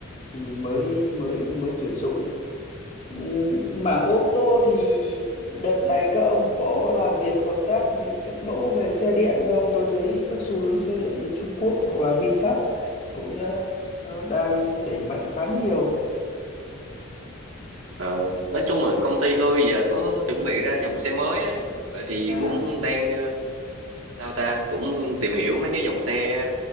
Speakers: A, on the left; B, on the right.
A: thì mới mới mới tuyển dụng. Ừ, Mảng ô tô thì đợt này các ông có làm việc hợp tác với các mẫu về xe điện không? Tôi thấy các xu hướng xe điện bên Trung Quốc hoặc là VinFast cũng ờ, ờ, đang đẩy mạnh khá nhiều.
B: Ờ, nói chung là công ty tôi giờ có chuẩn bị ra dòng xe mới á, vậy thì
A: À,
B: cũng đang ờ, sao ta cũng tìm hiểu mấy cái dòng xe